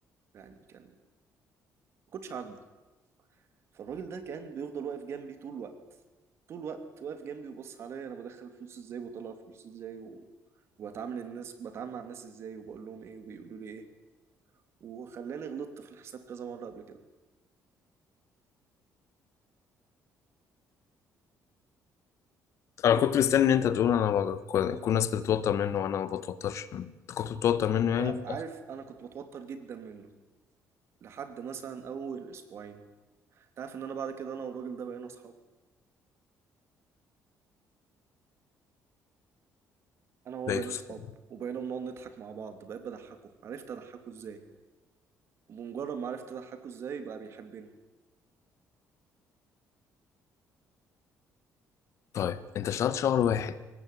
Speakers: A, on the right; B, on the left.
A: يعني كان ما كنتش عاجبه فالراجل ده كان بيفضل واقف جنبي طول الوقت طول الوقت واقف جنبي وبص عليا انا بدخل فلوس ازاي وبطلع فلوس ازاي و... وبتعامل الناس بتعامل مع الناس ازاي وبقول لهم ايه وبيقولوا لي ايه وخلاني غلطت في الحساب كذا مرة قبل كده
B: انا كنت مستني ان انت تقول انا ما- كل كل الناس بتتوتر منه وانا ما بتوترش منه انت كنت بتتوتر منه
A: انت
B: يعني في الاخر
A: عارف انا كنت بتوتر جدا منه لحد مثلا اول اسبوعين انت عارف ان انا بعد كده انا والراجل ده بقينا اصحاب انا وهو
B: لقيته
A: بقينا
B: صعب
A: اصحاب وبقينا بنقعد نضحك مع بعض بقيت بضحكه عرفت اضحكه ازاي وبمجرد ما عرفت اضحكه ازاي بقى بيحبني
B: طيب انت اشتغلت شهر واحد